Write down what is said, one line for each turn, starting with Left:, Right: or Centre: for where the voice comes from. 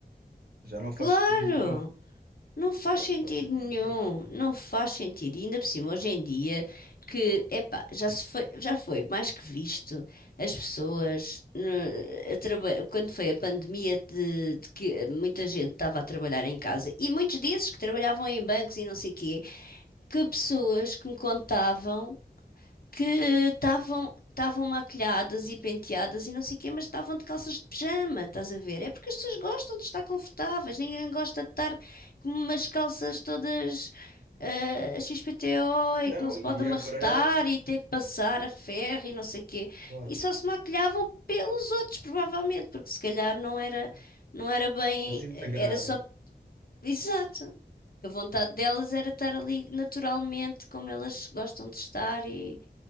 Right: já não faz
Left: Claro,
Right: sentido nenhum.
Left: não faz
Right: Já
Left: sentido
Right: não faz sentido
Left: nenhum,
Right: nenhum.
Left: não faz sentido. E ainda por cima, hoje em dia, que, epá, já se foi, já foi mais que visto as pessoas, eh, a traba- quando foi a pandemia de, de que muita gente estava a trabalhar em casa, e muitos desses que trabalhavam em bancos e não sei o quê, que pessoas que me contavam que eh, estavam estavam maquilhadas e penteadas e não sei o quê, mas estavam de calças de pijama, estás a ver? É porque as pessoas gostam de estar confortáveis, ninguém gosta de estar com umas calças todas eh, XPTO e
Right: Não,
Left: que não se
Right: e
Left: pode amarrotar
Right: é verão,
Left: e ter que passar a ferro e não sei o quê.
Right: claro,
Left: E só se maquilhavam pelos outros, provavelmente, porque se calhar não era, não era bem,
Right: para se integrarem.
Left: eh, era só, exato. A vontade delas era estar ali naturalmente como elas gostam de estar e,